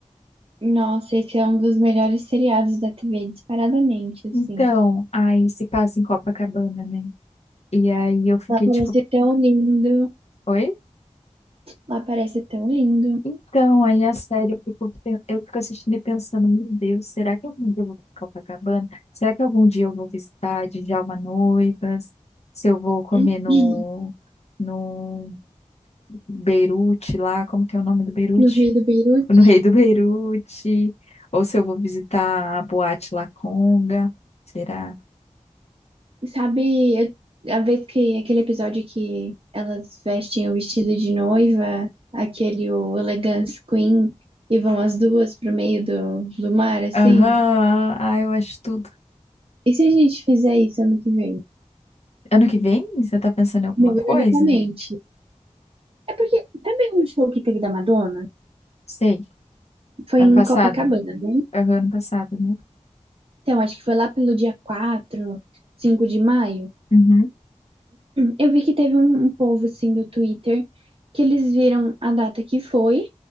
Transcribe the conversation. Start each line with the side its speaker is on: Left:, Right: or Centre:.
Right: Nossa, esse é um dos melhores seriados da TV, disparadamente, assim.
Left: Então, aí se passa em Copacabana, né? E aí eu fiquei
Right: Lá parece
Left: tipo,
Right: tão lindo,
Left: oi?
Right: lá parece tão lindo.
Left: Então, aí a série eu fico, pen- eu fico assistindo e pensando, meu Deus, será que algum dia eu vou pra Copacabana? Será que algum dia eu vou visitar Djalma Noivas? Se eu vou comer
Right: <clears throat>
Left: no, no Beirute lá, como que é o nome do Beirute?
Right: No Rei
Left: Tipo,
Right: do Beirute.
Left: no Rei do Beirute, ou se eu vou visitar a Boate La Conga, será?
Right: Sabe, eu- a vez que aquele episódio que elas vestem o vestido de noiva, aquele o Elegance Queen, e vão as duas pro meio do, do mar, assim?
Left: Aham, ah, eu acho tudo.
Right: E se a gente fizer isso ano que vem?
Left: Ano que vem, você tá pensando em alguma
Right: Não,
Left: coisa?
Right: ironicamente. É porque também o show que teve da Madonna
Left: Sei,
Right: foi
Left: ano
Right: em
Left: passado,
Right: Copacabana,
Left: né?
Right: né?
Left: Aham, ano passado, né?
Right: Então, acho que foi lá pelo dia 4, 5 de maio.
Left: Uhum.
Right: Eu vi que teve um, um povo, assim, do Twitter, que eles viram a data que foi,